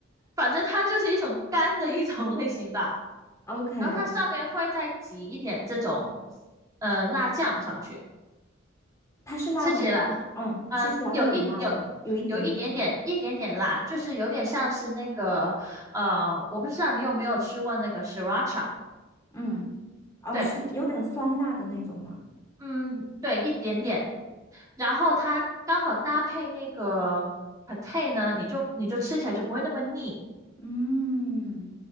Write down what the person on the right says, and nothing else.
反正它就是一种干的一种类型吧。
然后它上面会再挤一点这种，呃，辣酱上去，
吃起来，
呃，
有一有
有一点点一点点辣，就是有点像是那个，呃，我不知道你有没有吃过那个 sriracha。
对
嗯，对，一点点。然后它刚好搭配那个 pate 呢，你就你就吃起来就不会那么腻。